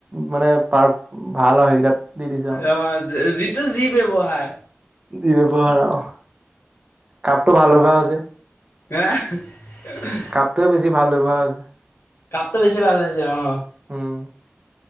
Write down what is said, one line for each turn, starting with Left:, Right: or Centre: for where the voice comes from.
Right: মানে, পাৰ, ভাল হয়, সেইকেইটাত দি দিছে আৰু
Left: অ', যিটো যি ব্যৱহাৰ।
Right: ব্যৱহাৰ আৰু, কাপটো ভাল হ'ব হৈছে।
Left: আ হা।
Right: কাপটোৱে বেছি ভাল লগা হৈছে।
Left: কাপটো বেছি ভাল লাগিছে অ'।
Right: উম।